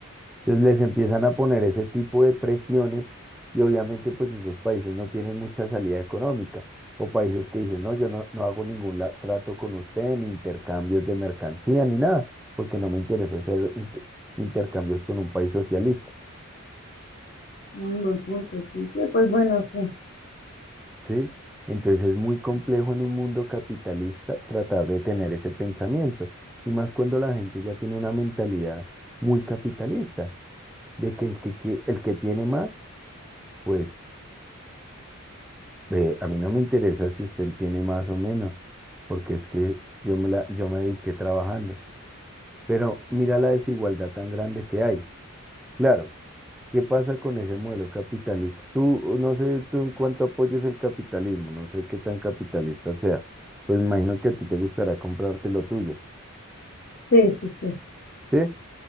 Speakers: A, in the centre; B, on the left.
A: Entonces les empiezan a poner ese tipo de presiones y obviamente pues esos países no tienen mucha salida económica o países que dicen, no, yo no, no hago ningún la- trato con usted, ni intercambios de mercancía, ni nada, porque no me interesa hacer inter- intercambios con un país socialista.
B: un buen punto, sí, sí, pues bueno, sí,
A: ¿sí? Entonces es muy complejo en un mundo capitalista tratar de tener ese pensamiento, y más cuando la gente ya tiene una mentalidad muy capitalista, de que el que, quie- el que tiene más, pues eh, a mí no me interesa si usted tiene más o menos, porque es que yo me la, yo me dediqué trabajando. Pero mira la desigualdad tan grande que hay. Claro, ¿Qué pasa con ese modelo capitalista? Tú, no sé, tú en cuánto apoyes el capitalismo, no sé qué tan capitalista sea. Pues me imagino que a ti te gustará comprarte lo tuyo,
B: sí, sí, sí,
A: ¿sí?